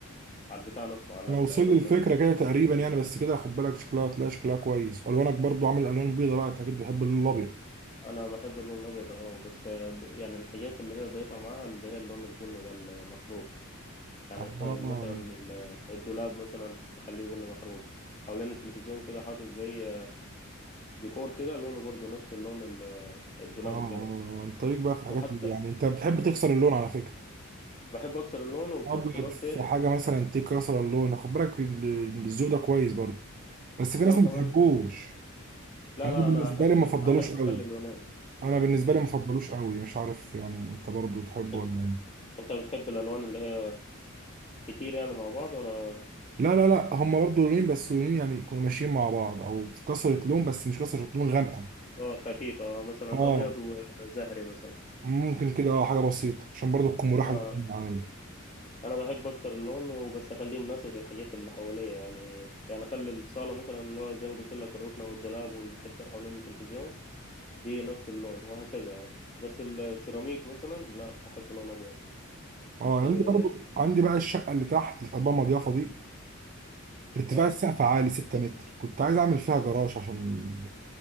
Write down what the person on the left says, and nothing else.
على البتاع نفسه على
الركنة
نفسها
أنا بحب اللون الأبيض أه بس يعني الحاجات اللي هي ضايفها معاها اللي هي اللون البني ده المحروق يعني
الط- مثلا ال- الدولاب مثلا بخليه بني محروق حوالين التلفزيون كده حاطط زي ديكور كده لونه برضو نفس اللون ال- الدولاب
وكده
وحتى
بحب اكسر اللون وفي
نفس الوقت
لو
كمان
لا
لا
انا احب
احب
اخلي اللونين
انت
أنت بتحب الالوان اللي هي كتير يعني مع بعض ولا
آه، خفيفة آه، مثلا
ابيض وزهري مثلا
اه
انا بحب اكسر اللون وبس اخليه مناسب للحاجات اللي حواليا يعني يعني اخلي الصاله مثلا اللي هو زي ما قلت لك الركنه والدولاب والحته اللي حوالين التلفزيون دي نفس اللون وهكذا يعني بس السيراميك مثلا لا احب لون ابيض
إيه،
اه